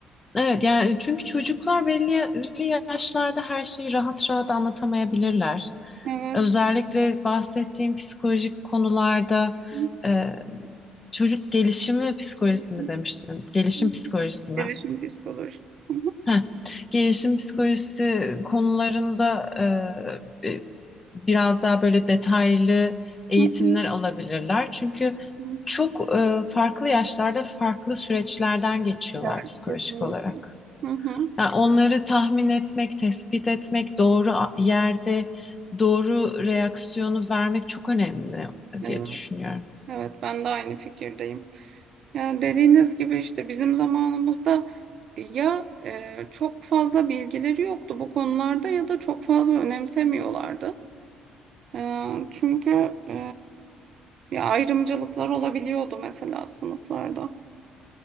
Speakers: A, on the left; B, on the right.
A: Evet yani çünkü çocuklar belli belli yaşlarda her şeyi rahat rahat anlatamayabilirler.
B: Evet.
A: Özellikle bahsettiğim psikolojik konularda
B: Hı
A: e, çocuk gelişimi psikolojisi mi
B: hı,
A: demiştin? Gelişim
B: hı.
A: psikolojisi mi?
B: Gelişim psikolojisi. Hı hı,
A: Heh. Gelişim psikolojisi konularında e, e, biraz daha böyle detaylı eğitimler
B: hı hı,
A: alabilirler. Çünkü
B: hı.
A: çok e, farklı yaşlarda farklı süreçlerden geçiyorlar
B: Evet,
A: psikolojik
B: kesinlikle.
A: olarak.
B: Hı hı.
A: Yani onları tahmin etmek, tespit etmek, doğru a- yerde doğru reaksiyonu vermek çok önemli
B: Evet,
A: diye düşünüyorum.
B: evet ben de aynı fikirdeyim. Yani dediğiniz gibi işte bizim zamanımızda ya e, çok fazla bilgileri yoktu bu konularda ya da çok fazla önemsemiyorlardı. E, çünkü e, ya ayrımcılıklar olabiliyordu mesela sınıflarda.